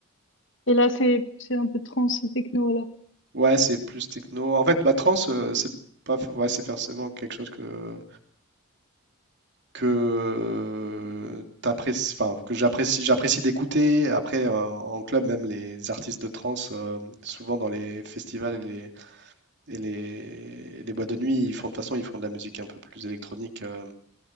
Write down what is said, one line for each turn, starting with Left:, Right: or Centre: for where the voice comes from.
Left: Et là, c'est c'est un peu trans et techno alors.
Right: ouais, c'est plus techno. En fait, ma trance, euh, c'est pas, f- ouais, c'est forcément quelque chose que que t'apprécies, enfin, que j'apprécie, j'apprécie d'écouter. Après, euh, en club, même les artistes de trance, euh, souvent dans les festivals et les, et les, et les boîtes de nuit, ils font de toute façon, ils font de la musique un peu plus électronique, euh,